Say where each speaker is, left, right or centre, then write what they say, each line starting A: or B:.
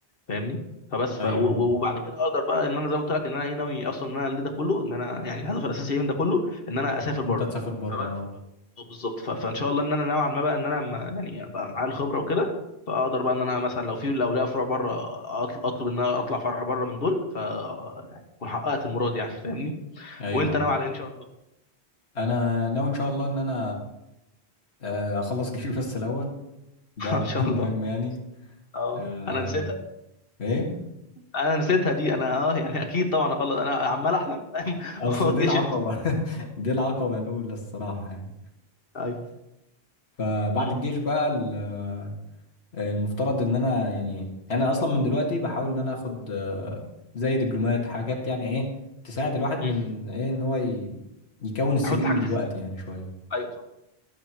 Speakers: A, on the left; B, on the left.
A: فاهمني فبس ف
B: ايوه
A: و- و- وبعد كده اقدر بقى ان انا زي ما قلت لك ان انا ايه ناوي اصلا ان انا اللي ده كله ان انا يعني الهدف الاساسي إيه من ده كله ان انا اسافر بره
B: انت تسافر بره
A: فبقى
B: اه
A: ان شاء الله آه بالظبط ف- فان شاء الله ان انا نوعا ما بقى ان انا م- يعني ابقى معايا الخبره وكده فاقدر بقى ان انا مثلا لو في لو ليا فروع بره أطل- اطلب ان انا اطلع فرع بره من دول ف يعني اكون حققت المراد يعني فاهمني
B: ايوه
A: وانت ناوي على إيه ان شاء الله
B: انا ناوي ان شاء الله ان انا آه، اخلص <laughs> جيشي بس الاول ده
A: <laughs> ان شاء
B: ده المهم
A: الله
B: يعني
A: اه
B: آه،
A: انا نسيت
B: ايه
A: انا نسيتها دي انا اه يعني اكيد طبعا اخلص انا عمال احلم فاهم <laughs>
B: اصل
A: هو الجيش
B: دي العقبة
A: اللي مستني
B: <laughs> دي العقبة الاولى الصراحة يعني
A: ايوه
B: فبعد
A: مم.
B: الجيش بقى ال- المفترض ان انا يعني انا اصلا من دلوقتي بحاول ان انا اخد آه، زي دبلومات حاجات يعني ايه تساعد الواحد
A: مم.
B: من ايه ان هو ي- يكون السي
A: احط
B: في
A: حاجه
B: من
A: في
B: دلوقتي
A: السي في
B: يعني شوية
A: ايوه صح